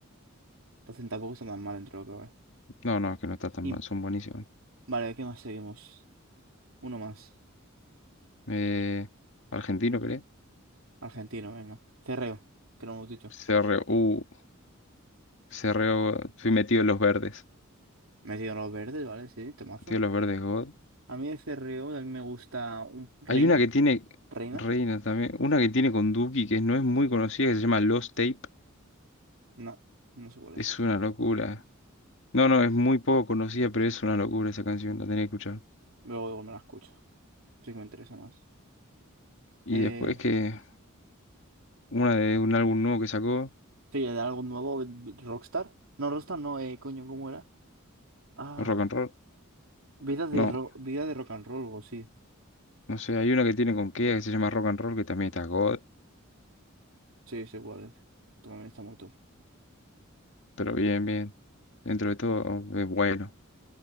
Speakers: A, on the right (about 75°); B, on the left (about 60°).
A: entonces tampoco está tan mal dentro de lo que cabe.
B: No, no, que no está tan
A: Y
B: mal. Son buenísimos.
A: vale, ¿qué más seguimos? Uno más.
B: Eh, ¿argentino, crees?
A: Argentino, venga. CRO, que no hemos dicho.
B: C R U CRU. CRU. Fui metido en los verdes.
A: Metido en los verdes, ¿vale? Sí, temazo.
B: Tío, los verdes God.
A: A mí de C. R. O. a mí me gusta un... Reina.
B: Hay una que tiene
A: Reina.
B: Reina también. Una que tiene con Duki, que no es muy conocida, que se llama Lost Tape.
A: No, no sé cuál
B: Es
A: es.
B: una locura. No, no, es muy poco conocida, pero es una locura esa canción, la tenés que escuchar.
A: Luego, luego me la escucho. Sí que me interesa más.
B: Y
A: Eh,
B: después que una de un álbum nuevo que sacó,
A: sí, de algo nuevo, Rockstar. No, Rockstar no, eh, coño, ¿cómo era? Ah,
B: Rock and Roll.
A: vida de,
B: No,
A: ro- vida de rock and roll, o sí.
B: no sé, hay una que tiene con Kea que se llama Rock and Roll, que también está God,
A: Sí, sé cuál es. También está muy top.
B: pero bien, bien. Dentro de todo, es bueno.